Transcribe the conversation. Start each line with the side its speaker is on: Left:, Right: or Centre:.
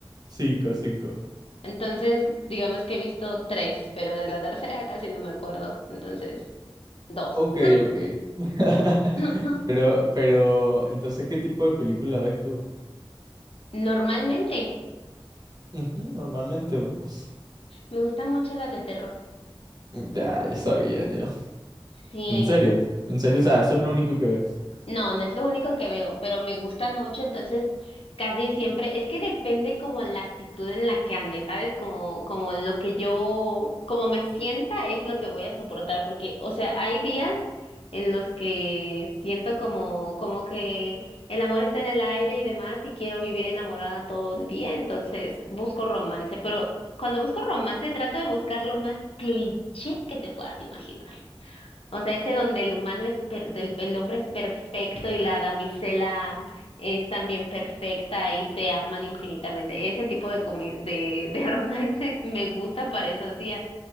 Right: cinco, cinco.
Left: Entonces, digamos que he visto tres, pero de la tercera casi no me acuerdo. Entonces, dos.
Right: Ok, ok. <laughs>
Left: <laughs>
Right: Pero, pero, entonces, ¿qué tipo de película ves tú?
Left: Normalmente.
Right: Ujú, normalmente vos.
Left: Me gustan mucho las de terror.
Right: Ya, ya sabía yo.
Left: Sí,
Right: En serio, en serio, o sea, eso es lo único que ves.
Left: no, no es lo único que veo, pero me gustan mucho, entonces casi siempre, es que depende como la actitud en la que ande, ¿sabes? Como, como lo que yo, como me sienta es lo que voy a soportar, porque, o sea, hay días en los que siento como, como que el amor está en el aire y demás, y quiero vivir enamorada todo el día, entonces busco romance, pero cuando busco romance trato de buscar lo más cliché que te puedas imaginar. O sea, ese donde el humano es per- del- el, hombre es perfecto y la damisela es también perfecta y se aman infinitamente. Ese tipo de comi- de, de <laughs> romance me gusta para esos días,